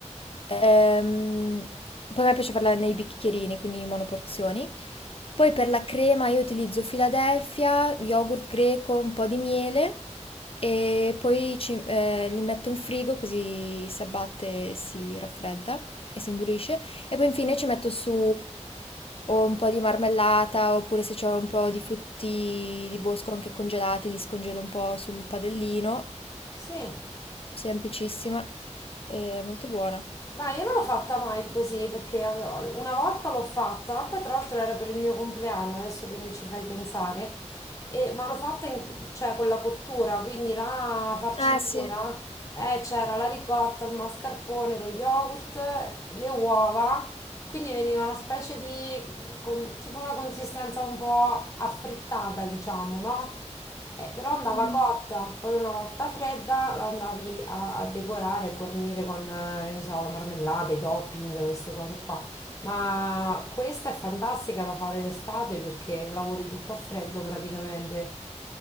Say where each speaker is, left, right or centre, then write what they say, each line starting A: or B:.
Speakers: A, on the left; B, on the left.
A: Ehm, poi a me piace farla nei bicchierini, quindi in monoporzioni. Poi per la crema io utilizzo Philadelphia, yogurt greco, un po' di miele e poi ci- eh, li metto in frigo così si abbatte, si raffredda e si indurisce. E poi infine ci metto su o un po' di marmellata, oppure se c'ho un po' di frutti di bosco anche congelati, li scongelo un po' sul padellino,
B: Sì.
A: semplicissima e molto buona.
B: Ma io non l'ho fatta mai così perché avevo- una volta l'ho fatta, poi tra l'altro era per il mio compleanno, adesso che mi ci fai pensare, E- ma l'ho fatta in- cioè, con la cottura, quindi la farcitura,
A: Ah sì,
B: eh, c'era la ricotta, il mascarpone, lo yogurt, le uova, quindi veniva una specie di, con- tipo una consistenza un po' affrittata, diciamo, no? Eh, però andava
A: Mm,
B: cotta, poi una volta fredda la andavi a, a decorare, a guarnire con, eh, che ne so, la marmellata, i topping, queste cose qua. Ma questa è fantastica da fare d'estate perché lavori tutto a freddo praticamente.